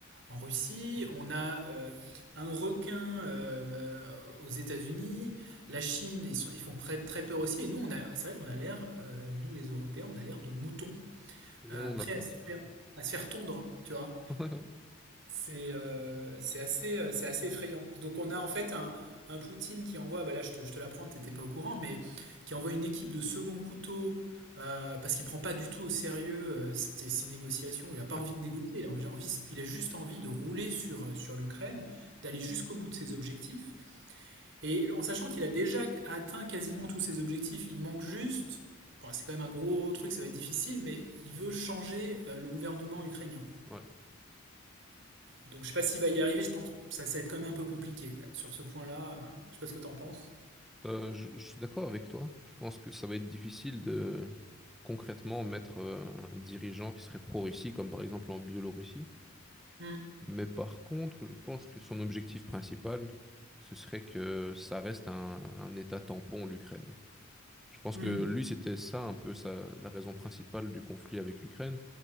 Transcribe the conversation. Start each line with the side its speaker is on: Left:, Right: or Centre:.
Right: en Russie, on a euh, un requin euh, aux États-Unis, la Chine, ils sont, ils font très, très peur aussi, et nous, on a, c'est vrai qu'on a l'air, euh, nous les Européens, on a l'air de moutons
Centre: C'est bien
Right: euh,
Centre: non
Right: prêts
Centre: de la farce.
Right: à se
Centre: <laughs>
Right: faire, à se faire tondre, hein, tu vois
Centre: Ouais, ouais.
Right: c'est euh, c'est assez, euh, c'est assez effrayant. Donc on a en fait un, un Poutine qui envoie, bah là je te, je te l'apprends, t'étais pas au courant, mais qui envoie une équipe de second couteau euh, parce qu'il prend pas du tout au sérieux euh, ses, ses négociations. Il a pas
Centre: Ouais,
Right: envie de négocier, il a, envie- envie- il a juste envie de rouler sur, euh, sur l'Ukraine, d'aller jusqu'au bout de ses objectifs. Et en sachant qu'il a déjà atteint quasiment tous ses objectifs, il manque juste, bon, c'est quand même un gros truc, ça va être difficile, mais il veut changer euh, le gouvernement ukrainien.
Centre: ouais.
Right: Donc je sais pas s'il va y arriver, je pense que ça, ça va être quand même un peu compliqué quand même, sur ce point-là. euh, je sais pas ce que t'en penses.
Centre: Euh, je, je suis d'accord avec toi. Je pense que ça va être difficile de concrètement mettre euh, un dirigeant qui serait pro-Russie, comme par exemple en Biélorussie.
Right: Hmm.
Centre: Mais par contre, je pense que son objectif principal, ce serait que ça reste un, un état tampon, l'Ukraine. Je pense
Right: Hmm.
Centre: que lui, c'était ça un peu ça, la raison principale du conflit avec l'Ukraine,